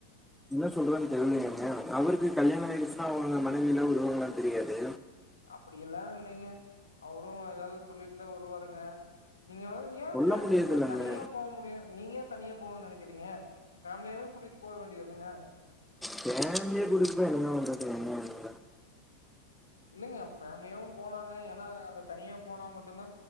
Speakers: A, in the centre; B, on the left (about 70°).
A: என்ன சொல்றார்ன் தெர்லய்ங்க அவருக்கு கல்யாண ஆயிடுச்சுன்னா அவுங்க மனைவிலா வருவாங்ளானு தெரியாது
B: அப்பிடியெல்லா இல்லைங்க அவரு ஏதாவ்து சொல்லிட்டு தா வருவாருங்க நீங்க வ ஏ
A: சொல்ல
B: சார்
A: முடியாது
B: நீங்க
A: இல்லைங்க
B: தனியா போ முடியா நீங்க ஏ தனியா போணுன் நெனக்கிறீங்க ஃபேமிலியாவே கூட்டிட் போவேண்டியதுன்னங்க
A: ஃபேம்லிய கூட்டிட் போய் என்னங்க பண்றது <unintelligible>
B: இல்லங்க ஃபேம்லியாவு போலாங்க ஏன்னா அங்க தனியா போனா மட்டுந்தா